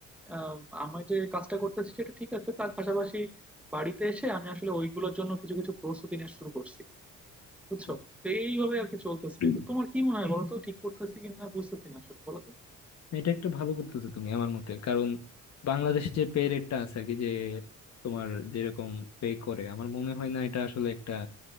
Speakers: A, in the centre; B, on the left.
A: আহ, আমি যে কাজটা করতেছি সেটা ঠিক আছে তার পাশাপাশি বাড়িতে এসে আমি আসলে ওইগুলোর জন্য কিছু কিছু প্রস্তুতি নেওয়া শুরু করছি বুঝছো
B: হুম।
A: তো এইভাবে আর কি চলতেছে
B: হুম।
A: তো তোমার কি মনে হয় বলো তো ঠিক করতেছি কিনা বুঝতেছি না আসলে বলো তো
B: এটা একটা ভালো করতেছো তুমি আমার মতে কারণ বাংলাদেশে যে পে রেটটা আছে আর কি যে তোমার যেরকম পে করে আমার মনে হয় না এটা আসলে একটা